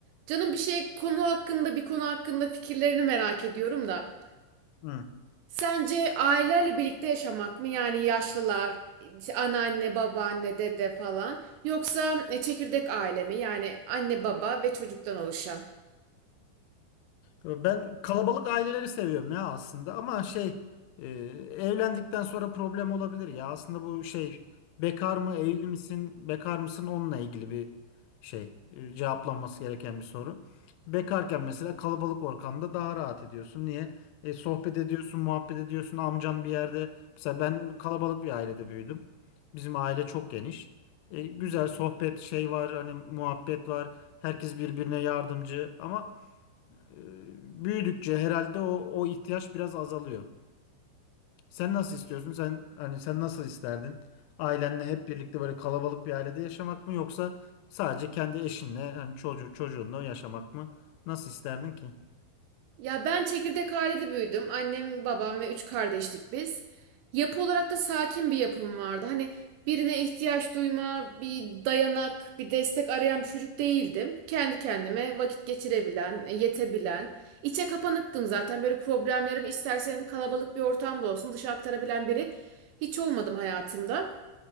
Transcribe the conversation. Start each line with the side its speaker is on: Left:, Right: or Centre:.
Right: Canım bir şey konu hakkında bir konu hakkında fikirlerini merak ediyorum da.
Left: Hı.
Right: Sence ailelerle birlikte yaşamak mı? Yani yaşlılar, işte anneanne, babaanne, dede falan. Yoksa e, çekirdek aile mi? Yani anne, baba ve çocuktan oluşan.
Left: Ben kalabalık aileleri seviyorum ya aslında ama şey e, evlendikten sonra problem olabilir ya aslında bu şey bekar mı evli misin bekar mısın onunla ilgili bir şey e, cevaplanması gereken bir soru. Bekarken mesela kalabalık ortamda daha rahat ediyorsun. Niye? E, sohbet ediyorsun, muhabbet ediyorsun. Amcan bir yerde mesela ben kalabalık bir ailede büyüdüm. Bizim aile çok geniş. E, güzel sohbet şey var hani muhabbet var. Herkes birbirine yardımcı ama e, büyüdükçe herhalde o, o ihtiyaç biraz azalıyor. Sen nasıl istiyorsun? Sen hani sen nasıl isterdin? Ailenle hep birlikte böyle kalabalık bir ailede yaşamak mı yoksa sadece kendi eşinle hani çocuğu çocuğunla yaşamak mı? Nasıl isterdin ki?
Right: Ya ben çekirdek ailede büyüdüm. Annem, babam ve üç kardeştik biz. Yapı olarak da sakin bir yapım vardı. Hani birine ihtiyaç duyma, bir dayanak, bir destek arayan bir çocuk değildim. Kendi kendime vakit geçirebilen, yetebilen. içe kapanıktım zaten. Böyle problemlerim istersen kalabalık bir ortamda olsun dışa aktarabilen biri hiç olmadım hayatımda.